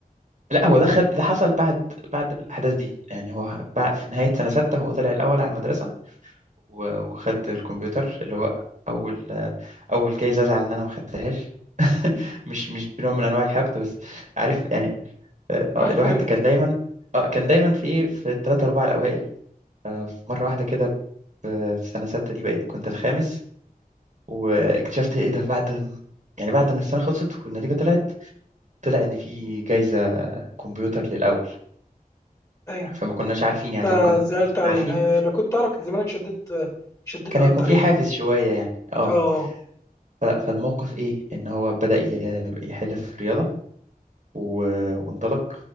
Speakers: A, on the right (about 55°); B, on the left (about 25°).
A: لا هو ده خد ده حصل بعد بعد الأحداث دي يعني هو بعد في نهاية سنة ستة هو طلع الأول على المدرسة و- وخد الكمبيوتر اللي هو أول آه، أول جايزة أزعل إن أنا ما خدتهاش <laughs> مش مش بنوع من أنواع الحقد بس عارف يعني آه، آه،
B: راحت
A: الواحد
B: منك
A: كان دايما اه كان دايما في إيه في الثلاثة أربعة الأوائل آه، في مرة واحدة كده ب- في سنة ستة دي بقيت كنت الخامس واكتشفت ايه ده بعد م- يعني بعد ما السنه خلصت والنتيجه طلعت طلع ان في جايزه كمبيوتر للاول
B: ايوه
A: فما كناش عارفين يعني
B: فزعلت
A: لو كان كنا
B: عليها
A: عارفين
B: أيوة. لو كنت اعرف كان زمانك شديت شديت
A: كان
B: اكتر
A: هيكون في
B: يعني
A: حافز شويه يعني اه
B: اه
A: ف- فالموقف ايه ان هو بدأ ي- يحل في الرياضه و- وانطلق